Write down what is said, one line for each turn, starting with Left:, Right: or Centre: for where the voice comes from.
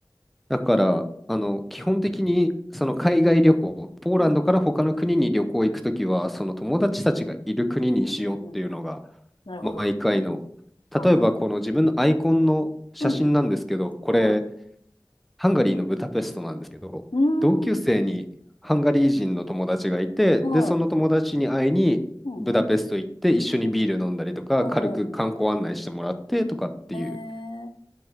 Centre: だから、
Left: えー、
Centre: あの、基本的に、その海外旅行、
Left: うん。
Centre: ポーランドから他の国に旅行行くときは、
Left: はいはい。
Centre: その友達たちがいる国にしようっていうのが、
Left: うんうんうんうん。なるほど。
Centre: 毎回の、
Left: はいはい。
Centre: 例えばこの自分のアイコンの写真なんですけど、
Left: うん。
Centre: これ、
Left: はい。
Centre: ハンガリーのブダペストなんですけど、
Left: うーん。
Centre: 同級生にハンガリー人の友達がいて、
Left: はい。
Centre: で、その友達に会いに、
Left: うんうん。
Centre: ブダペスト行って、一緒にビール飲んだりとか、
Left: うん。うんうん
Centre: 軽く観光案内してもらってとかっていう
Left: うん。えー。